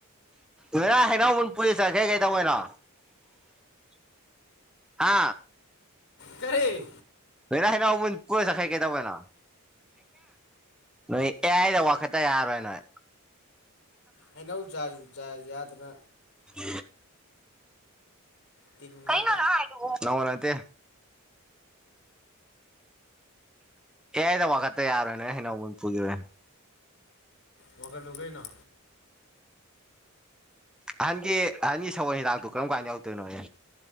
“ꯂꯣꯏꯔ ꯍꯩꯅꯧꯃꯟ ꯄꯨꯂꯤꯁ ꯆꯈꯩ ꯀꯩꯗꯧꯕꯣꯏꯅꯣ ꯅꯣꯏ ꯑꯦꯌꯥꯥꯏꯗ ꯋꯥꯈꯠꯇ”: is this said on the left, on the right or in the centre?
Centre